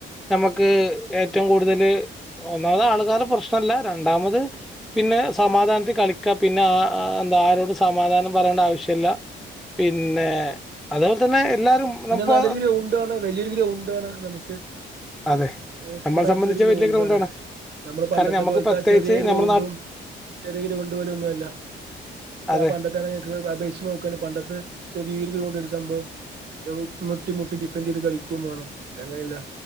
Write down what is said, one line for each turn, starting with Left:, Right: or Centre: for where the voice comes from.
Centre: നമുക്ക് ഏറ്റവും കൂടുതൽ ഒന്നാമത് ആൾക്കാർ പ്രശ്നല്ല രണ്ടാമത് പിന്നെ സമാധാനത്തിൽ കളിക്കാ പിന്നെ ആ എന്താ ആരോട് സമാധാനം പറയേണ്ട ആവശ്യല്ല പിന്നെ അതേപോലെ തന്നെ എല്ലാരും
Right: പിന്നെ
Centre: ഇപ്പോ
Right: നല്ലൊര് ഗ്രൗണ്ടാണ് വലിയൊരു ഗ്രൗണ്ട് ണ്ടാണ് നമുക്ക്
Centre: അതെ
Right: ഓപ്പൺ
Centre: നമ്മളെ
Right: ആയിട്ടുള്ള
Centre: സംബന്ധിച്ച്
Right: ഒരു ഗ്രൗണ്ട്
Centre: വലിയ ഗ്രൗണ്ടാണ്
Right: ആണ് നമ്മള് പണ്ടത്തെ
Centre: കാരണം നമുക്ക്
Right: പോലത്തെ
Centre: പ്രത്യേകിച്ച്
Right: ആ ചെറിയ ഗ്രൗണ്ടും
Centre: നമ്മുടെ നാട്ടിൽ
Right: ചെറിയ ഗ്രൗണ്ട് പോലെയ ഒന്നും അല്ല നമുക്ക്
Centre: അതെ
Right: ആ പണ്ടത്ത ആണ അപേക്ഷിച്ച് നോക്കാണ് പണ്ടത്തെ ചെറിയ <unintelligible> സംഭവം മുട്ടി മുട്ടി ഡിഫൻഡറ് ചെയ്ത് കളിക്കും വേണോ ഇതങ്ങനെയല്ല